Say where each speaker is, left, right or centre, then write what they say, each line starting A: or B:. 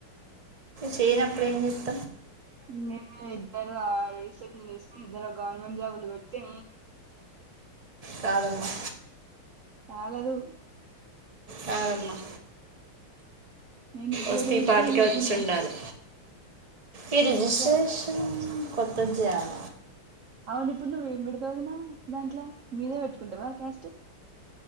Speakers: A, on the right; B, on the right.
A: చేయన అప్పుడు <unintelligible>
B: మ్య ఇద్దరు ఆ రీ <unintelligible> ఇద్దరు గవర్నమెంట్ జాబ్లు కొట్టె
A: కాదమ్మ
B: చాలదు
A: కాదమ్మా
B: నేను ఎప్పుడో
A: వస్తే
B: రిజిస్ట్రేషన్
A: ఈ పాటికే
B: చేసుకుదాన్ని
A: వచ్చి ఉండాలి ఈ రజిస్ట్రేషన్
B: అచ్చు
A: కొత్త జాబ
B: అవును ఇప్పుడు నువ్వు ఏం పెడతావు వదిన దాంట్లో మీదే పెట్టుకుంటావా క్యాస్ట్